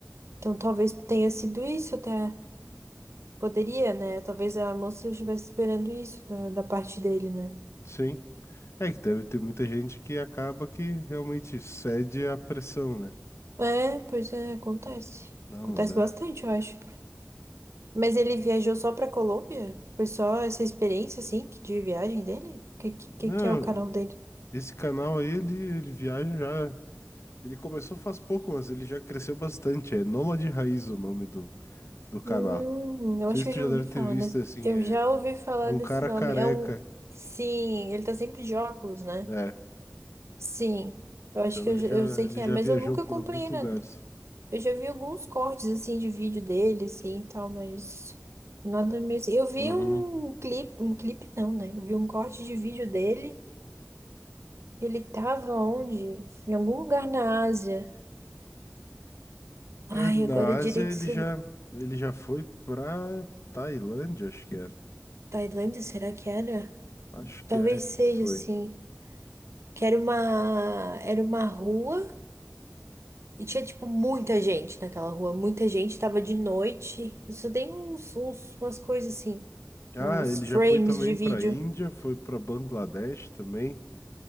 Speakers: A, on the right; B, on the left.
A: Então talvez tenha sido isso até. Poderia, né? Talvez a moça estivesse esperando isso da, da parte dele, né?
B: sim. É que deve ter muita gente que acaba que realmente cede à pressão, né?
A: É, pois é, acontece.
B: Não,
A: Acontece
B: mas é.
A: bastante, eu acho. Mas ele viajou só pra Colômbia? Foi só essa experiência, assim, que- de viagem dele? O que, que,
B: Não,
A: que é o canal dele?
B: Esse canal aí, ele, ele viaja já. Ele começou faz pouco, mas ele já cresceu bastante. É Nômade Raiz o nome do, do canal.
A: Hum,
B: Não
A: eu acho
B: sei se
A: que eu
B: tu
A: já
B: já
A: ouvi
B: deve ter
A: falar
B: visto
A: nesse...
B: assim.
A: Eu
B: É,
A: já ouvi falar
B: é um
A: desse
B: cara
A: nome.
B: careca,
A: É um... Sim, ele tá sempre de óculos, né?
B: né?
A: Sim. Eu acho
B: Então
A: que
B: ele
A: eu, já-
B: já,
A: eu sei
B: ele
A: quem
B: já
A: é, mas
B: viajou
A: eu nunca
B: por
A: acompanhei
B: alguns lugares.
A: nada. Eu já vi alguns cortes, assim, de vídeo dele, assim, e tal, mas... Nada mesmo. Eu vi
B: Uhum.
A: um clipe... Um clipe não, né? Eu vi um corte de vídeo dele. Ele tava onde? Em algum lugar na Ásia. Ai,
B: É, Na
A: agora direito
B: Ásia ele
A: se
B: já, ele já foi pra Tailândia, acho que era.
A: Tailândia, será que era?
B: Acho
A: Talvez
B: que é que
A: seja
B: ele foi.
A: assim. Que era uma era uma rua e tinha tipo muita gente naquela rua, muita gente, tava de noite. Eu só dei uns, uns umas coisas assim,
B: Ah,
A: uns
B: ele
A: frames
B: já foi também
A: de vídeo
B: pra Índia, foi pra Bangladesh também.